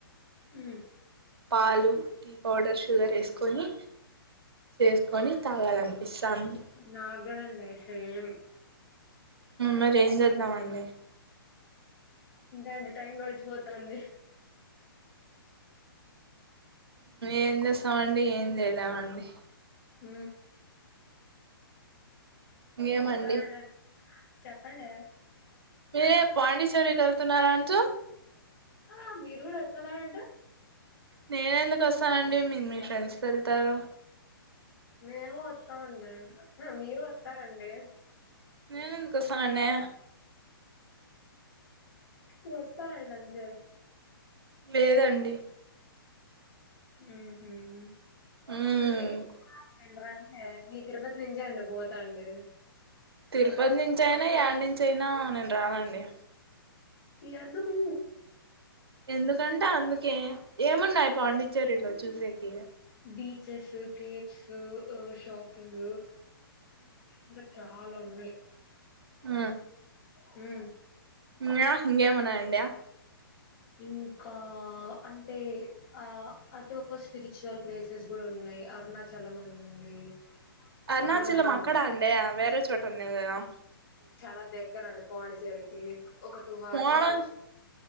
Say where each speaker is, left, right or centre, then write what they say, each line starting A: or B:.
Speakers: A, on the left; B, on the right.
A: హ
B: పాలు టీ పౌడర్ షుగర్ వేసుకొని చేసుకొని తాగాలనిపిస్తాను
A: నాకు కూడా సేమ్
B: మరి ఏం చేద్దద్దామండి
A: అంతే అండి టైం గడిచిపోతాంది
B: ఏం చేస్తాం అండి ఏం చేయలేమండీ
A: అ
B: ఏమండీ
A: ఇంకా అండి చెప్పండి
B: మీరే పాండేశ్వరి వెళ్తున్నారా అంటు
A: ఆ మీరు కూడా వస్తున్నారంట
B: నేను ఎందుకు వస్తానండి మీ మీ ఫ్రెండ్స్కి వెళ్తారు
A: మేము వస్తామండి మీరు వస్తారండి
B: నేనుందుకోసనన్నే
A: అ వస్తాార అంత
B: లేదండి
A: ఆ <unintelligible>
B: ఉమ్,
A: తిరుపతి నెంజాడి పోతాడి
B: తిరుపతి నుంచి అయినా అ నుంచి అయినా నేను రానండి
A: ఎందుకు
B: ఎందుకంటే అందు కే ఏమున్నాయి పాండిచేరీ లో చూసేకి
A: బీచెస్ కేఫ్స్ షాపింగ్ ఇంకా చాలా ఉన్నాయి
B: ఆ
A: హు
B: యా ఇంకా ఏమున్నాయి అండి
A: ఇంకా అంటే ఆ ద్ దోక స్పిరిచువల్ ప్లేసెస్ కూడా ఉన్నాయి అరుణాచలం అని ఉంది
B: అరుణాచలం
A: చాలా ఉన్నాయి
B: అక్కడ అండే వేరే చోట ఉన్నదా
A: చాలా దగ్గర అండి పాండిచ్చేరికి ఒక టూ హార్స్
B: మోడల్